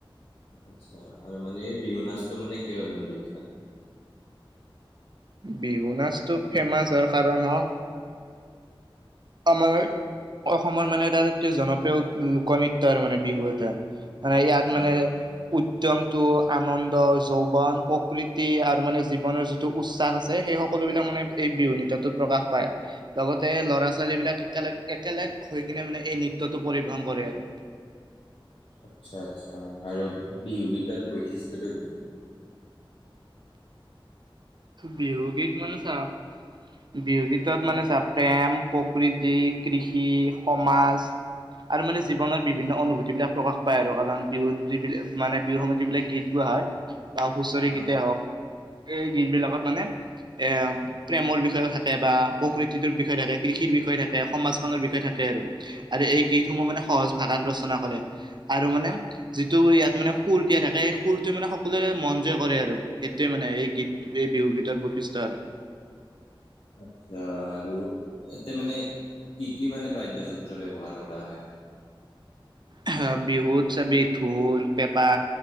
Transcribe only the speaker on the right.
বিহু নাচটো ফেমাছ হোৱাৰ কাৰণ হওক। আমাৰ অসমৰ মানে এটা জনপ্ৰিয় লোকনৃত্য আৰু মানে বিহু এটা। মানে ইয়াত
মানে উদ্মটো আনন্দ যৌৱন প্ৰকৃতি আৰু মানে জীৱনৰ যিটো উৎসাহ আছে সেই সকলো বিলাক মানে বিৰোধিতা টো প্ৰকাশ পায় লগতে ল'ৰা ছোৱালী ছোৱালীবিলাক একগ একেলগ হৈ কিনে মানে এই নৃতয়টো পৰিবহন কৰে আৰু
বিহগিক মনছা বিহু গীতত মানে চা প্ৰেম প্ৰকৃতি কৃষি সমাজ আৰু মানে জীৱনৰ বিভিন্ন অনুভূতি বিলাক প্ৰকাশ পায় আৰু কাৰণ বিহুত যিবিলাক মানে বিহুৰ সময়ত যিব বিলাক গীত গোৱা বা হুচৰি
গীতে হওক এই গীত বিলাকত মানে এ প্ৰেমৰ বিষয়ে থাকে বা প্ৰকৃতিটোৰ বিষয়ে থাকে কৃষিৰ বিষয়ে থাকে সমাজখনৰ বিষয়ে থাকে। আৰু এই গীতসমূহ মানে সহজ ভাষাত ৰচনা কৰে আৰু মানে যিটো ইয়াত মানে। সুৰ দিয়া থাকে সেই সুৰটোৱে মানে সকলোৱে মনজয় কৰে আৰু সেইটোৱে মানে এই গীত এই বিহুগীতাৰ বশিষ্ট আৰু
আহ বিহুত চাবি ঢোল পেঁপা